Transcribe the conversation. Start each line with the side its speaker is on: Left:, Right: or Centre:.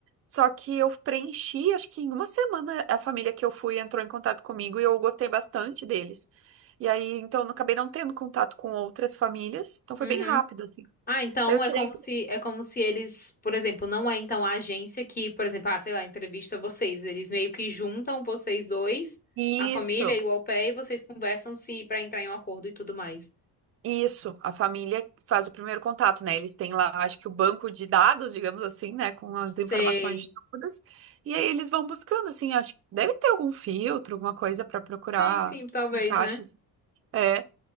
Right: Só que eu preenchi, acho que em uma semana a família que eu fui entrou em contato comigo e eu gostei bastante deles. E aí, então, eu acabei não tendo contato com outras famílias. Então, foi
Left: Uhum.
Right: bem rápido, assim.
Left: Ah, então
Right: Daí eu tirei.
Left: é como se é como se eles, por exemplo, não é então a agência que, por exemplo, ah, sei lá, entrevista vocês, eles meio que juntam vocês dois,
Right: Isso,
Left: a família e o au pair, e vocês conversam se para entrar em um acordo e tudo mais.
Right: isso. A família faz o primeiro contato, né? Eles têm lá, acho que o banco de dados, digamos assim, né? Com as
Left: Sei.
Right: informações todas. E aí eles vão buscando, assim. Acho que deve ter algum filtro, alguma coisa para procurar
Left: Sim, sim, talvez,
Right: se encaixa.
Left: né?
Right: assim. É.